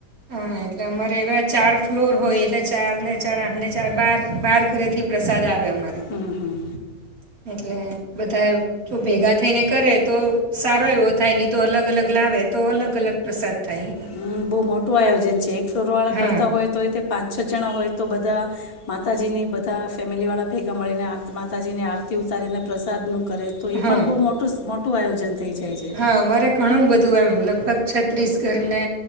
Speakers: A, on the right (about 80°); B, on the left (about 85°).
A: <unintelligible> ટલે અમારે એવા ચાર ફ્લોર હોય એટલે ચાર ને ચાર આઠ ને ચાર બાર, બાર ઘરેથી પ્રસાદ આવે. અમારે
B: હમ્મ, હમ્મ.
A: એટલે બધા જો ભેગા થઈને કરે તો સારો એવો થાય નહી તો અલગ અલગ લાવે તો અલગ અલગ પ્રસાદ. થાય
B: હમ્મ, બહુ મોટું આયોજન છે. એક ફ્લોર વાળા
A: હા
B: કરતા હોય તો તે પાંચ છ જણા હોય તો બધા માતાજીની બધા ફેમિલીવાળા ભેગા મળીને આ માતાજીને આરતી ઉતારીને પ્રસાદનું કરે તો એ
A: હા
B: પણ બહુ મોટુંસ મો કુ આયોજન થઈ જાય છે
A: હા અમારે ઘણું બધું એમ લગભગ છત્રીસ ઘર ને